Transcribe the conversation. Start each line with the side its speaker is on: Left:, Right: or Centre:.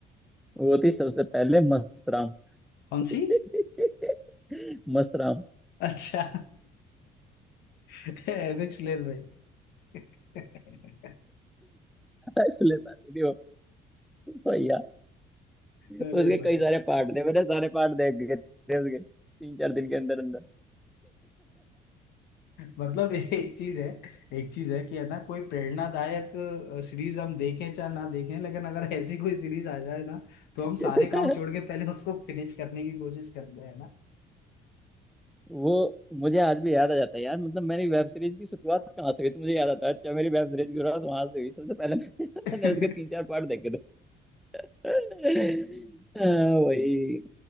Centre: वो थी सबसे पहले मस्तराम
Left: कौन सी
Centre: <laughs> मस्तराम
Left: अच्छा <laughs> एमएक्स प्लेयर भाई <laughs>
Centre: इसलिए आती थी वो भैया उसके
Left: अरे भाई
Centre: कई सारे पार्ट थे मैंने सारे पार्ट देख गए थे उसके तीन चार दिन के अंदर अंदर
Left: मतलब एक चीज है एक चीज है कि है ना कोई प्रेरणादायक सीरीज हम देखें चाहे ना देखें लेकिन अगर ऐसी कोई सीरीज आ जाए ना तो
Centre: <laughs>
Left: हम सारे काम छोड़ के पहले उसको फिनिश करने की कोशिश करते हैं ना
Centre: वो मुझे आज भी याद आ जाता है यार मतलब मेरी वेब सीरीज की शुरुआत कहाँ से हुई तो मुझे याद आता है अच्छा मेरी वेब सीरीज की शुरुआत वहां से हुई सबसे पहले <laughs>
Left: <laughs>
Centre: मैंने उसके तीन चार पार्ट देखे थे <laughs> हाँ, वही